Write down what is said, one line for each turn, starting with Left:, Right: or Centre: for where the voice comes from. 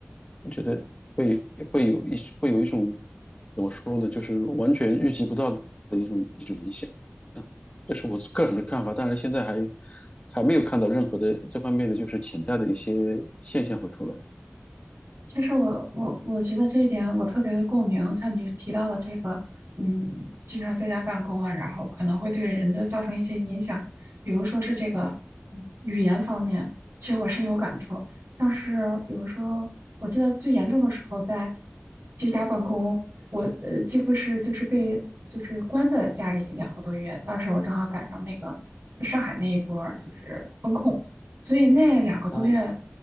Left: 我觉得会会有一会有一种怎么说呢，就是完全预计不到的一种一种影响。这是我个人的看法，但是现在还还没有看到任何的这方面的就是潜在的一些现象会出来。
Right: 其实我我我觉得这一点我特别的共鸣，像你提到的这个，嗯，经常在家办公啊，然后可能会对人的造成一些影响，比如说是这个嗯语言方面，其实我深有感触。像是比如说，我记得最严重的时候在居家办公，我呃几乎是就是被就是关在家里两个多月，当时我正好赶上那个上海那一波儿就是封控。所以那两个多月
Left: 哦，